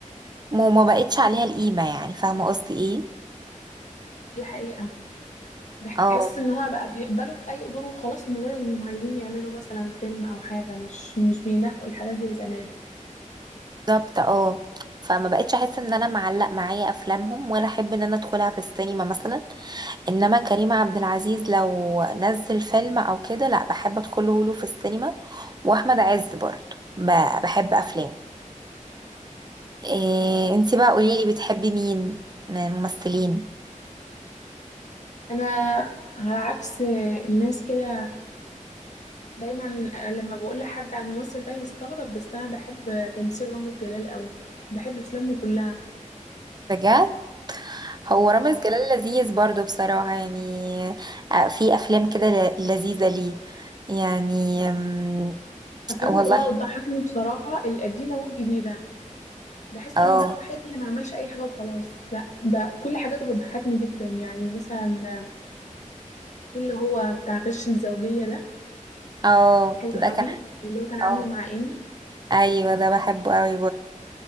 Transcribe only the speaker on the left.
دي حقيقة بحس
ان هو بقى بيقبلوا بأي دور وخلاص لمجرد انهم عايزين يعملوا مثلا فيلم او حاجة مش مش بينقوا الحاجات زي زمان
اه
انا على عكس الناس كده دايما لما بقول لحد على الممثل ده بيستغرب بس انا بحب تمثيل رامز جلال قوي وبحب افلامه كلها
واو
افلامه
كلها بتضحكني بصراحة القديمة والجديدة بحس
انه ده الوحيد اللي ما عملش اي حاجة وخلاص لا ده كل حاجاته بتضحكني جدا يعني مثلا في اللي هو بتاع غش الزوجية ده
حلو
قوي
اللي هو كان عامله
مع ايمي